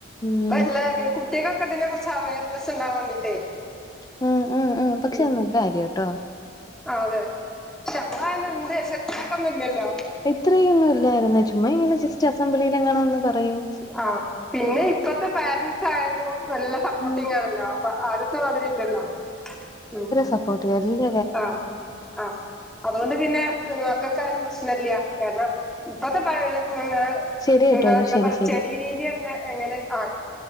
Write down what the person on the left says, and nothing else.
ഉം
മം മം മം പക്ഷെ
അത് നല്ല കാര്യട്ടോ
ഇത്രയൊന്നും ഇല്ലായിരുന്ന് ചുമ്മാ ഇങ്ങനെ ജസ്റ്റ് അസംബ്ലിയില് ഇങ്ങനന്ന് പറയും
ഉം
സപ്പോർട്ട് എല്ല
ശരി കേട്ടോ
ശരി
ശരി